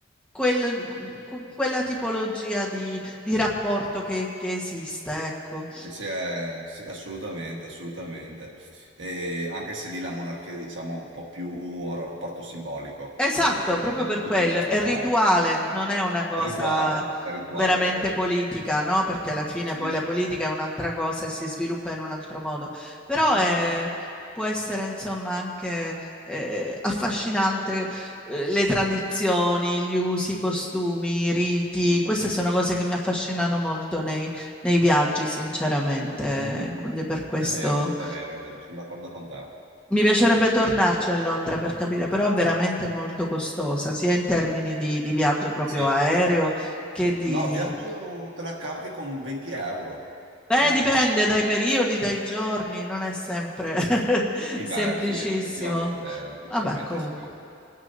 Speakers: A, in the centre; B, on the right.
A: quel- qu- quella tipologia di, di rapporto che, che esiste, ecco.
B: Sì, sì, eh, sì, assolutamente, assolutamente. E anche se lì la monarchia, diciamo, ha un po' più un rapporto simbolico,
A: Esatto,
B: più, più
A: proprio
B: che esecutivo,
A: per quello.
B: statale.
A: È rituale, non è una cosa
B: È rituale, è rituale,
A: veramente
B: è vero.
A: politica, no? Perché alla fine
B: Sì,
A: poi la politica è un'altra cosa e si sviluppa in un altro modo. Però
B: assolutamente,
A: è- può essere, insomma, anche eh, affascinante eh, le tradizioni, gli usi, i costumi, i riti.
B: assolutamente.
A: Queste sono cose che mi affascinano molto nei, nei viaggi, sinceramente.
B: Mhm.
A: Quindi per questo.
B: È vero, è vero, è vero, sono d'accordo con te.
A: Mi piacerebbe
B: Eh,
A: tornarci a Londra per capire, però è veramente molto costosa, sia in termini di, di viaggio proprio
B: sì.
A: aereo che di...
B: No, viaggio te la cavi con 20 euro,
A: Beh,
B: ti dico.
A: dipende dai periodi, dai giorni, non è sempre <laughs>
B: Sì,
A: semplicissimo.
B: beh, sì, effettivamente, effettivamente
A: Vabbè, comunque.
B: sì.